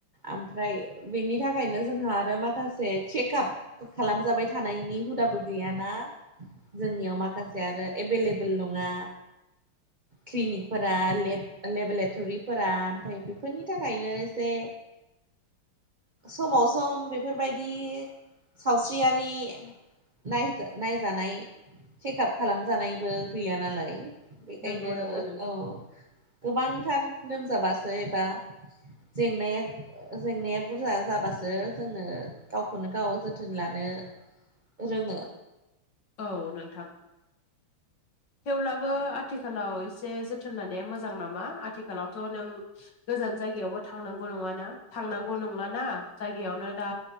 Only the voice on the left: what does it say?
नंगौ नंगौ नों
औ नोंथां। थेवब्लाबो आथिखालाव एसे जोथोन लानाया मोजां नामा आथिखालावथ' नों गोजान जायगायावबो थांनांगौ नङाना थांनांगौ नंलाना जायगायावनो दा